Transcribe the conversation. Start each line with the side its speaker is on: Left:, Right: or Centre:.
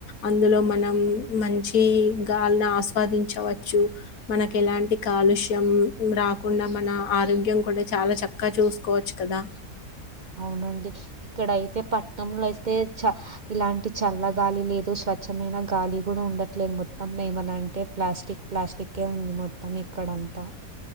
Left: అందులో మనం మంచి గాలిని ఆసు ఉపాదించవచ్చు మనకి ఎలాంటి కాలుష్యం రాకుండా మన ఆరోగ్యం కూడా చాలా చక్కగా చూసుకోవచ్చు కదా
Right: అవునండి ఇక్కడ అయితే పట్టనంలో అయితే చ ఇలాంటి చల్ల గాలి లేదు స్వచ్ఛమైన గాలి కూడా ఉండట్లేదు మొత్తం ఏమన అంటే ప్లాస్టిక్ ప్లాస్టిక్ే ఉంది మొత్తం ఇక్కడంతా